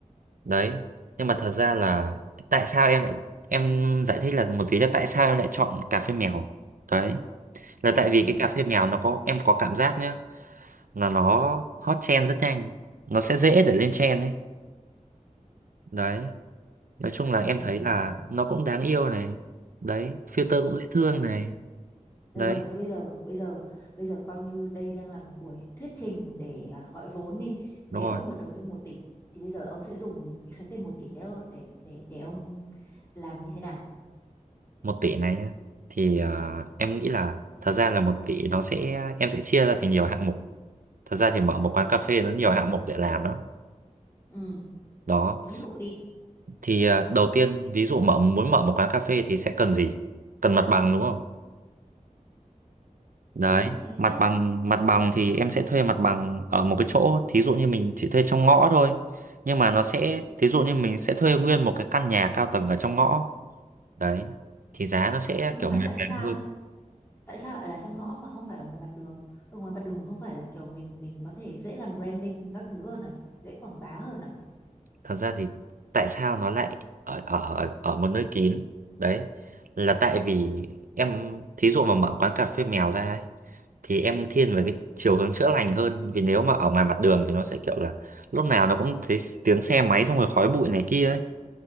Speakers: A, on the right; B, on the left.
A: đấy nhưng mà thật ra là tại sao em lại em giải thích là một tí là tại sao em lại chọn cà phê mèo đấy là tại vì
B: ừ
A: cái cà phê mèo nó có em có cảm giác nhá là nó hot trend rất nhanh nó sẽ dễ để lên trend ấy đấy nói chung là em
B: ừ
A: thấy là nó cũng đáng yêu này đấy filter
B: ok
A: cũng dễ thương này
B: Được
A: đấy
B: rồi, thế bây giờ bây giờ bây giờ coi như đây đang là một buổi thuyết trình để à, gọi vốn đi. Nếu
A: đúng rồi
B: ông được đầu tư một tỷ thì bây giờ ông sẽ dùng cái số tiền một tỷ đấy ô- để để để ông làm như thế nào?
A: một tỷ này nhá. thì ờ, em nghĩ là thật ra là một tỷ nó sẽ em sẽ chia ra thành nhiều hạng mục thật ra thì mở một quán cà phê nó nhiều hạng mục để làm lắm
B: Ừ,
A: đó
B: ví dụ đi.
A: thì ờ, đầu tiên ví dụ mở muốn mở một quán cà phê thì sẽ cần gì cần mặt bằng đúng không đấy
B: Đúng, chính xác.
A: mặt bằng mặt bằng thì em sẽ thuê mặt bằng ở một cái chỗ thí dụ như mình chỉ thuê trong ngõ thôi nhưng mà nó sẽ thí dụ như mình sẽ thuê nguyên một cái căn nhà cao tầng ở trong ngõ đấy thì giá nó sẽ
B: Nhưng
A: kiểu
B: mà
A: mềm
B: tại sao
A: mềm hơn
B: tại sao lại là trong ngõ mà không phải ở ngoài mặt đường? Ở ngoài mặt đường không phải là kiểu mình mình có thể dễ làm branding các thứ hơn à, dễ quảng bá hơn à?
A: thật ra thì tại sao nó lại ở ở ở một nơi kín đấy là tại vì em thí dụ mà mở quán cà phê mèo ra ấy, thì em thiên về cái chiều hướng chữa lành hơn vì nếu mà ở ngoài mặt đường thì nó sẽ kiểu là lúc nào nó cũng thấy tiếng xe máy xong rồi khói bụi này kia ấy